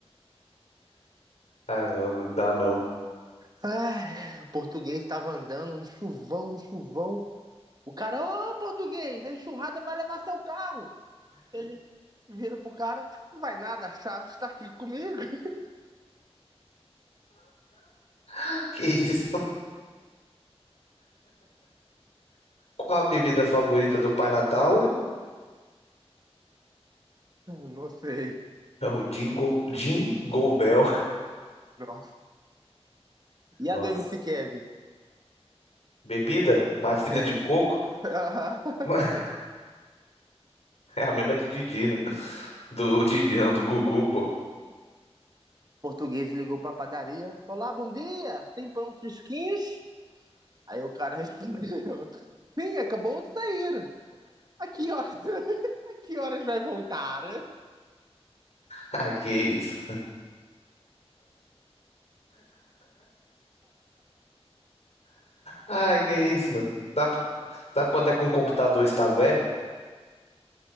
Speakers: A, on the left; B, on the right.
A: Ah, não, não dá não.
B: Ai, o português tava andando, um chuvão, um chuvão. O cara, ô, português, a enxurrada vai levar seu carro. Ele, Viro pro cara, não vai nada, a chave está aqui comigo. <laughs>
A: <laughs> Que isso? Qual a bebida favorita do Pai Natal?
B: Não sei.
A: É o Jingo, Jingle Bell.
B: Nossa. E a
A: Nossa.
B: do MC Kevin?
A: Bebida? Batida
B: É.
A: de coco?
B: Uhum.
A: <laughs> É a mesma do Didi, né? Do Didi, não, do Gugu, pô.
B: <laughs> Português ligou pra padaria. Olá, bom dia. Tem pão fresquinhos? Aí o cara <laughs> respondeu. Sim, acabou de sair. A que horas, <laughs> a que horas vai voltar?
A: Ah, que isso. Ah, que isso, mano. Sabe, sabe quando é que um computador está velho?